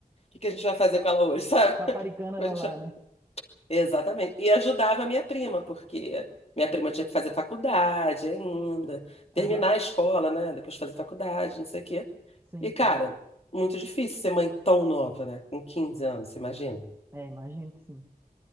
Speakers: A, on the left; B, on the right.
A: que que a gente vai fazer com ela hoje, sabe?
B: Paparicando
A: <laughs> A
B: ela
A: gente...
B: lá,
A: vai-
B: né?
A: Exatamente. E ajudava a minha prima, porque minha prima tinha que fazer faculdade ainda, terminar
B: Aham.
A: a escola, né? Depois fazer faculdade, não sei o quê.
B: Sim,
A: E, cara,
B: sim.
A: muito difícil ser mãe tão nova, né? Com 15 anos, você imagina?
B: É, imagino que sim.